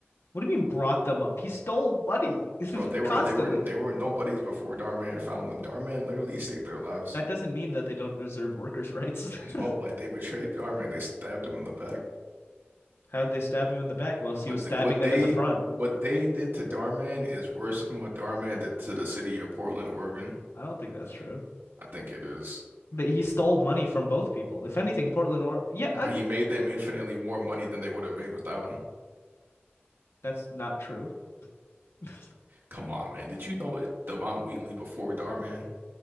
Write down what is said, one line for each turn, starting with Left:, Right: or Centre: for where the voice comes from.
Left: What do you mean brought them up? He stole money
Right: bro.
Left: <laughs>
Right: They were
Left: constantly.
Right: they were they were nobodies before Darman found them. Darman literally saved their lives.
Left: That doesn't mean that they don't deserve workers' rights.
Right: No,
Left: <laughs>
Right: like they betrayed Darman. They stabbed him in the back.
Left: how did they stab him in the back whilst
Right: What
Left: he was stabbing
Right: th- what
Left: them
Right: they
Left: in the front?
Right: what they did to Darman is worse than what Darman did to the city of Portland, Oregon.
Left: I don't think that's true.
Right: I think it is.
Left: But he stole money from both people. If anything, Portland or yeah,
Right: But
Left: I
Right: he made them infinitely more money than they would have made without him.
Left: that's not true. <laughs>
Right: Come on, man. Did you know Devon Wheatley before Darman?